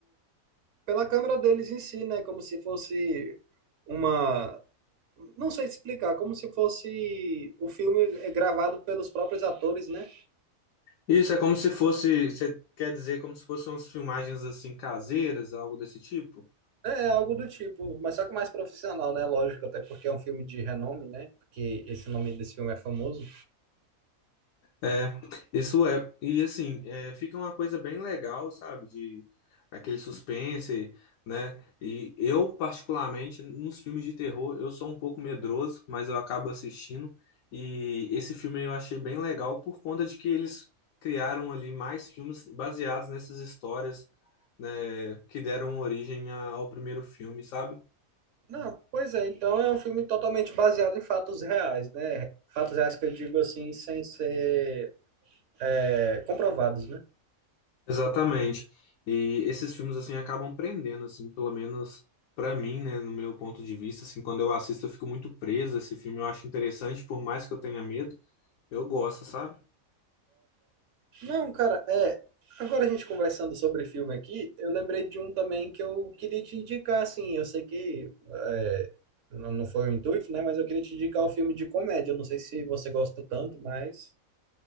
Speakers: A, on the right (about 65°); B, on the left (about 75°).
A: pela câmera deles em si, né? Como se fosse uma. Não sei explicar, como se fosse o filme é gravado pelos próprios atores, né?
B: Isso é como se fosse, você quer dizer, como se fossem umas filmagens assim caseiras, algo desse tipo?
A: É algo do tipo, mas só que mais profissional, né? Lógico, até porque é um filme de renome, né? Porque esse nome desse filme é famoso.
B: É, isso é. E assim, é, fica uma coisa bem legal, sabe? De aquele suspense, né? E eu, particularmente, nos filmes de terror, eu sou um pouco medroso, mas eu acabo assistindo. E esse filme eu achei bem legal por conta de que eles criaram ali mais filmes baseados nessas histórias, né, que deram origem a- ao primeiro filme, sabe?
A: Não, pois é, então é um filme totalmente baseado em fatos reais, né? Fatos reais que eu digo assim, sem ser é, comprovados, né?
B: Exatamente. E esses filmes assim acabam prendendo assim, pelo menos pra mim, né, no meu ponto de vista, assim, quando eu assisto eu fico muito preso a esse filme, eu acho interessante, por mais que eu tenha medo, eu gosto, sabe?
A: Não, cara, é. Agora a gente conversando sobre filme aqui, eu lembrei de um também que eu queria te indicar, assim. Eu sei que é, não não foi o intuito, né? Mas eu queria te indicar o filme de comédia. Eu não sei se você gosta tanto, mas.